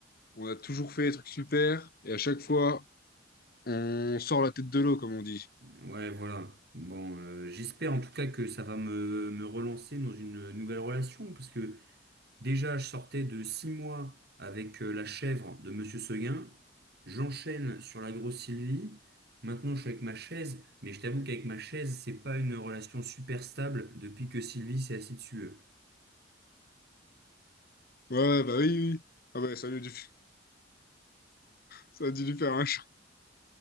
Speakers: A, on the left; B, on the right.
A: On a toujours fait des trucs super. Et à chaque fois, on sort la tête de l'eau, comme on dit.
B: Ouais, voilà. Bon, euh, j'espère en tout cas que ça va me, me relancer dans une nouvelle relation parce que déjà, je sortais de six mois avec euh, la chèvre de Monsieur Seguin. J'enchaîne sur la grosse Sylvie. Maintenant, je suis avec ma chaise, mais je t'avoue qu'avec ma chaise, c'est pas une relation super stable depuis que Sylvie s'est assise dessus. hein.
A: Ouais, bah oui, oui. oui. Ah bah, ça a dû, <laughs> ça a dû lui faire un